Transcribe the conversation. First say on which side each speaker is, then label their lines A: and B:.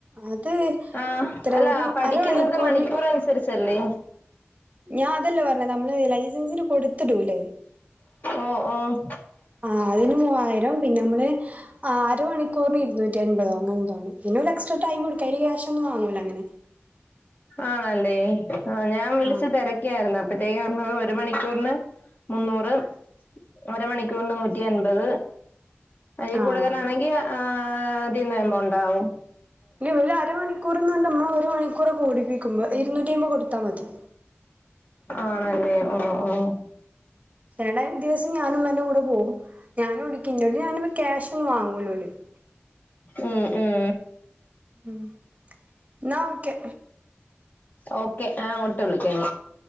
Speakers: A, on the right; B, on the left.
A: അത് എത്ര
B: ആഹ് അല്ലാ
A: ഒരു
B: പഠിക്കുന്നത്
A: അരമണിക്കൂറിന്
B: മണിക്കൂർ അനുസരിച്ചല്ലേ
A: ഞാൻ അതല്ലേ പറഞ്ഞ നമ്മള് ലൈസൻസിന് കൊടുത്തിടുല്ലേ
B: ഓഹ് ഓഹ്
A: ആഹ് അയ്ന് മൂവായിരം പിന്നെ നമ്മള് അര മണിക്കൂറിന് ഇരുന്നൂറ്റി അൻപതോ അങ്ങ <unintelligible> പിന്നെ ഒരു എക്സ്ട്ര ടൈംടുക്ക അയ്‌ന് ക്യാശൊന്നും വാങ്ങൂല്ല അങ്ങനെ
B: ആണല്ലേ ആഹ് ഞാൻ വിളിച്ചു
A: ആഹ്
B: തിര ക്കായിരുന്നു അപ്പത്തേക്ക് പറഞ്ഞത് ഒരു മണിക്കൂറിന് മുന്നൂറ് ഒര മണിക്കൂറിന് നൂറ്റി അൻപത് അതി
A: ആഹ്
B: കൂടുതലാണെങ്കി ആഹ് അതിന്ന് വരുമ്പോ ഉണ്ടാവും
A: ഇനി <unintelligible> അരമണൂർന്ന് ന്റെമ്മ ഒരു മണിക്കൂറെ കൂടിപ്പിക്കു മ്മ ഇരൂന്നൂറ്റി അയ്മ്പഹ് കൊട്ത്താ മതി
B: ആണല്ലേ ഓഹ് ഓഹ്
A: തെടെ ദിവസം ഞാനും മ്മാന്റെ കൂടെ പോവും ഞാനും ഓടിക്കും ന്നോട് അങ്ങനെ ക്യാഷ് ഒന്നും വാങ്ങൂല ഓല്
B: ഉം ഉം
A: ഉം ന്നാ ഓക്കെ
B: ഓക്കെ നാങ്ങോട്ട് വിളിക്കാം